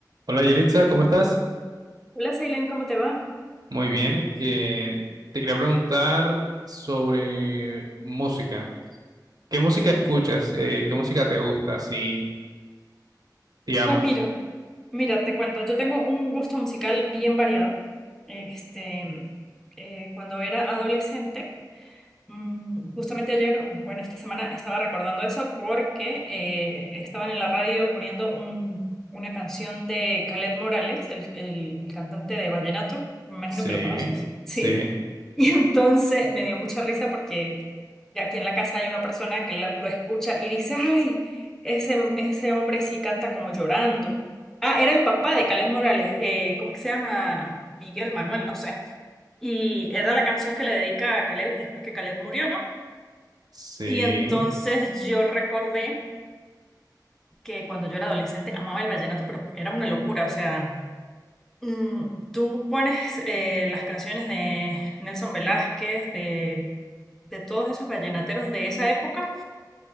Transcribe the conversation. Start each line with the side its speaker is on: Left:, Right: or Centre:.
Right: Hola Yelitza, ¿cómo estás?
Centre: Hola, Ceylan, ¿cómo te va?
Right: Muy bien. eh, te quería preguntar sobre música. ¿Qué música escuchas? Eh, ¿qué música te gusta? Sí, digamos.
Centre: Pues mira, mira, te cuento, yo tengo un gusto musical bien variado. Este, eh, cuando era adolescente, Mm, Justamente ayer, bueno, esta semana estaba recordando eso porque eh, estaban en la radio poniendo un- una canción de Calet Morales, el, el- el cantante de vallenato, me imagino
Right: Sí,
Centre: que lo conoces, sí.
Right: sí,
Centre: <laughs> Y entonces me dio mucha risa porque aquí en la casa hay una persona que la- lo escucha y dice, ay, ese, ese hombre sí canta como llorando. Ah, era el papá de Calet Morales, eh, ¿cómo que se llama? Miguel Manuel, no sé. Y era la canción que le dedica a Caleb después que Caleb murió, ¿no?
Right: sí.
Centre: Y entonces yo recordé que cuando yo era adolescente amaba el vallenato, pero era una locura. O sea, mm, tú pones eh, las canciones de Nelson Velázquez, de, de todos esos vallenateros de esa época,